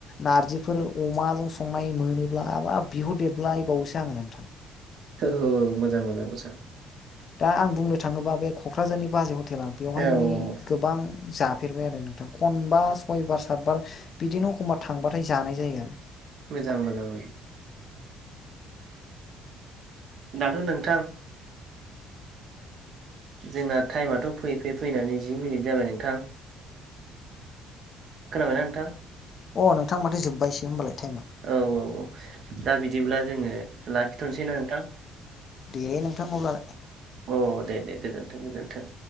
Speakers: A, on the left; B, on the right.
A: नारजि फोर अमाजों संनाय मोनोब्ला हाबाब बिहर देरलायबावोसो आङो नोंथां।
B: औ मोजां मोजां मोजां।
A: दा आं बुंनो थाङोबा बे क'क्राझारनि बाजै हटेला आ बेवहाय
B: औ
A: मानि
B: औ
A: गोबां जाब फेरबाय आरो नोंथां खनबा सयबार सातबार बिदिनो एखमबा थांबाथाय जानाय जायो आरो।
B: मोजां मोजां मोजां। दाथ' नोंथां जोंना टाइमाथ' फैयै फैयै फैनानै जि मिनिट जाबाय नोंथां। खोनाबायना नोंथां?
A: अ नोंथां माथो जोबायसो होनबालाय थाइम
B: औ औ औ दा बिदिब्ला जोङो लाखिथ'नोसैना नोंथां?
A: दे नोंथां अब्लालाय
B: औ दे दे गोजोनथों गोजोनथों।